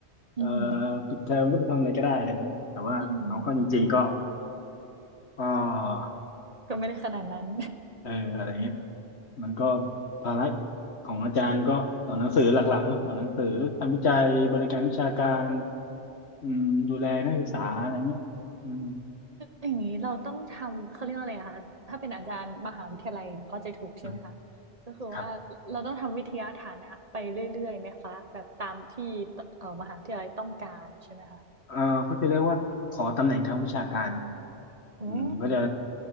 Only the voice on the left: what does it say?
เอ่อ
ปิดเทอมก็ไปทำอะไรก็ได้อะไรเงี้ยแต่ว่าเอาก็จริงๆก็
ก็
เอออะไรเงี้ยมันก็ภาระของอาจารย์ก็สอนหนังสือหลักๆเนอะสอนหนังสือทำวิจัยบริการวิชาการอืมดูแลนักศึกษาอะไรเงี้ยอืม
อืม
ครับ
เอ่อเขาจะเรียกว่าขอตำแหน่งทางวิชาการ
อืมก็จะ